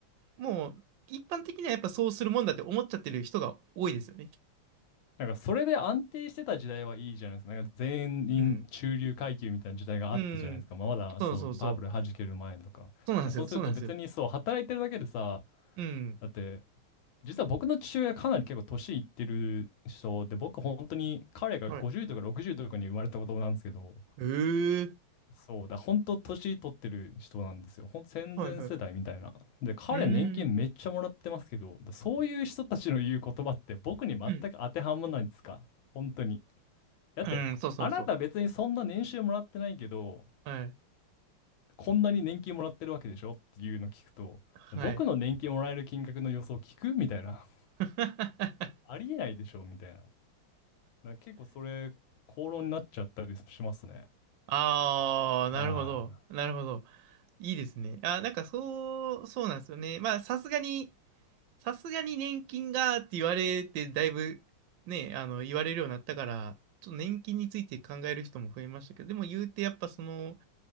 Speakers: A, on the right; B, on the left.
A: もう一般的にはやっぱそうするもんだって思っちゃってる人が多いですよね。
B: なんかそれで安定してた時代はいいじゃないですか。なんか全員中流階級みたいな時代があったじゃないですか。
A: うん。うん。
B: まあ、まだそうバブル弾ける前とか。
A: そうそうそう。
B: だからそうすると別にそう働いてるだけでさ、
A: そうなんですよ。そうなんですよ。うん。
B: だって実は僕の父親かなり結構年いってる人で、僕本当に彼が50とか60とかに生まれた子供なんですけど、
A: はい。えー。
B: そうだ、本当年取ってる人なんですよ。ほん戦前世代みたいな。
A: はいはい。う
B: で、彼年金めっちゃもらってますけど、
A: ーん。
B: だそういう人たちの言う言葉って僕に全く当てはまらないんですか。
A: うん。
B: 本当に。だって、
A: うん、そうそうそう。
B: あなた別にそんな年収もらってないけど、
A: はい。
B: こんなに年金もらってるわけでしょっていうの聞くと、
A: はい。
B: 僕の年金もらえる金額の予想聞くみたいな。<laughs>
A: <laughs>
B: ありえないでしょみたいな。だから結構それ、口論になっちゃったりしますね。
A: ああ、なるほど。
B: は
A: なるほど。いいですね。あ、なんかそう、そうなんですよね。まあ、さすがに、さすがに年金がって言われて、だいぶね、あの、言われるようになったから、ちょっと年金について考える人も増えましたけど、でも言うてやっぱその、